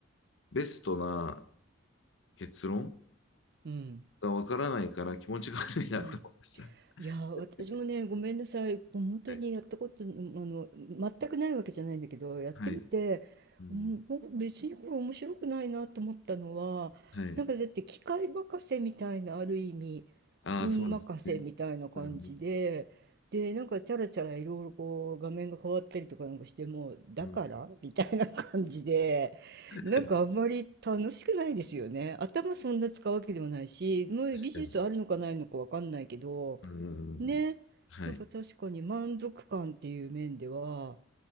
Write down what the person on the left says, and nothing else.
ベストな結論
がわからないから、気持ちが悪いなと思いました。
<laughs>
はい、
はい、うん、
はい。
ああ、
そうですね。うん
うんうん。<laughs>
確かに。うんはい。